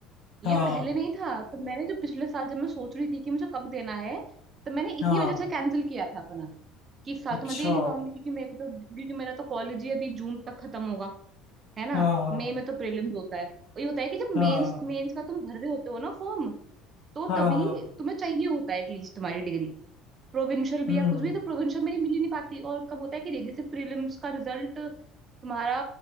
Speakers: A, on the right; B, on the left.
A: ये
B: हाँ
A: पहले नहीं था तो मैंने जो पिछले साल जब मैं सोच रही थी कि मुझे कब देना है तो मैंने इसी
B: हाँ
A: वजह से कैंसिल किया था अपना कि इस साल
B: अच्छा
A: तो मैं दे नहीं पाऊंगी क्योंकि मेरे को तो क्योंकि मेरा तो कॉलेज ही अभी जून तक खत्म होगा है ना
B: हाँ हाँ
A: मई में तो प्रीलिम्स होता है और ये होता है कि जब
B: हाँ
A: मेंस मेंस का तुम भर रहे होते हो ना फॉर्म तो
B: हाँ
A: तभी
B: हाँ
A: तुम्हें चाहिए होता है एटलीस्ट तुम्हारी डिग्री प्रोविंशियल भी
B: हम्म
A: या कुछ भी तो प्रोविंशियल मेरी मिल ही नहीं पाती और कब होता है कि जैसे प्रीलिम्स का रिजल्ट तुम्हारा